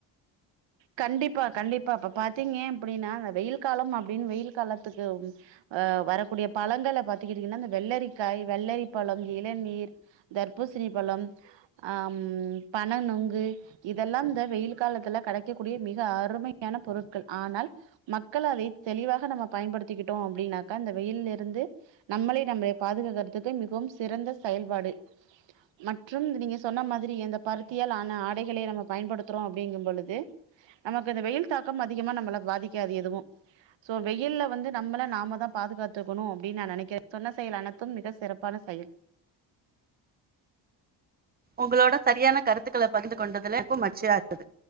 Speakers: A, on the right; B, on the right.
A: கண்டிப்பா கண்டிப்பா அப்ப பாத்தீங்க அப்படின்னா வெயில் காலம் அப்படின்னு வெயில் காலத்துக்கு ம் அ வரக்கூடிய பழங்கள பாத்துக்கிட்டீங்கன்னா இந்த வெள்ளரிக்காய் வெள்ளரி பழம் இளநீர் தர்பூசணி பழம் ஆஹம் பன நுங்கு இதெல்லாம் இந்த வெயில் காலத்துல கடைக் க்கடிய மிக அருமையான பொருட்கள் ஆனால் மக்கள் அதை தெளிவாக நம்ம பயன்படுத்திக்கிட்டோ அப்படின்னாக்கா இந்த வெயிலருந்து நம்மளை நம்ம பாதுகாக்கறதுக்கு மிகவும் சிறந்த செயல்பாடு மற்றும் நீங்க சொன்ன மாதிரி எந்த பருத்தியால் ஆன ஆடைகளை நம்ம பயன்படுத்துறோ அப்படிங்கும் பொழுது நமக்கு இந்த வெயில் தாக்கம் அதிகமா நம்மள பாதிக்காது எதுவு சோ வெயில்ல வந்து நம்மள நாமதா பாதுகாத்துக்கணு அப்படின்னு நா நெனைக்கிறே சொன்ன செயல் அனைத்து மிக சிறப்பான செயல்
B: உங்களோட சரியான கருத்துக்கள பகிர் கொண்டதுல என்கு மகிழ்ச்சியாருந்தது